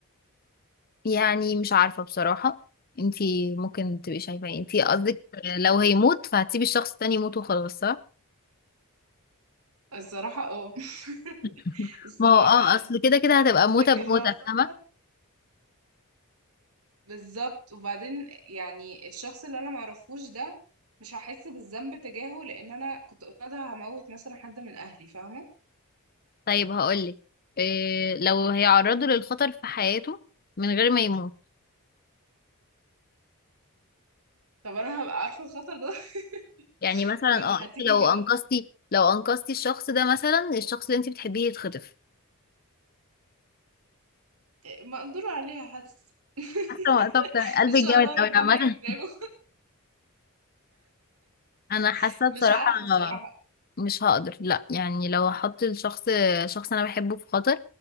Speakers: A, on the left; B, on the right.
A: يعني مش عارفة بصراحة انتي ممكن تبقي شايفة ايه انتي قصدك لو هيموت فهتسيبي الشخص التاني يموت وخلاص صح
B: الصراحة اه
A: <laughs>
B: <laughs> الصراحة
A: ما هو اه
B: يعني
A: اصل كده كده هتبقى موتة
B: لكن
A: بموتة
B: لو خط
A: فاهمة
B: بالظبط وبعدين يعني الشخص اللي انا معرفوش ده مش هحس بالذنب تجاهه لان انا كنت قاعدة هموت مثلا حد من اهلي فاهمة
A: طيب هقولك إيه لو هيعرضه للخطر في حياته من غير ما يموت
B: طب انا هبقى عارفة الخطر ده
A: يعني
B: <laughs>
A: مثلا
B: ولا
A: اه انت
B: هتيجي
A: لو
B: كده
A: انقذتي لو انقذتي الشخص ده مثلا الشخص اللي انت بتحبيه يتخطف
B: مقدور عليها حاسة <laughs>
A: حاسة طب ده قلبك
B: ان شاء
A: جامد
B: الله ربنا
A: قوي عامة
B: يكرمه
A: انا حاسه
B: <laughs> مش
A: بصراحه
B: عارفة صراحة
A: مش هقدر لا يعني لو هحط الشخص شخص انا بحبه في خطر